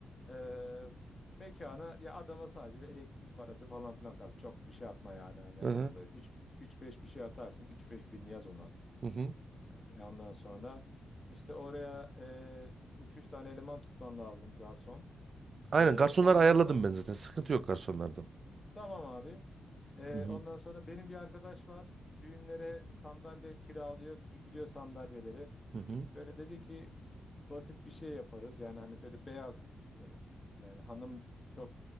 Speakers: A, on the left; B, on the right.
A: eee mekana ya adama sadece bir elektrik parası falan filan atar. Çok bir şey atma yani hani
B: Hı hı.
A: ona da üç üç beş bir şey atarsın. üç beş bin yaz ona.
B: Hı hı.
A: Yani ondan sonra işte oraya eee 2-3 tane eleman tutman lazım garson.
B: Aynen
A: Eee
B: garsonları
A: onları
B: ayarladım
A: da
B: ben zaten. Sıkıntı yok garsonlardan.
A: Tamam abi. Ee,
B: Hı hı.
A: ondan sonra benim bir arkadaş var. Düğünlere sandalye kiralıyor, giydiriyor sandalyeleri.
B: Hı hı.
A: Böyle dedi ki basit bir şey yaparız. Yani hani böyle beyaz böyle yani hanım çok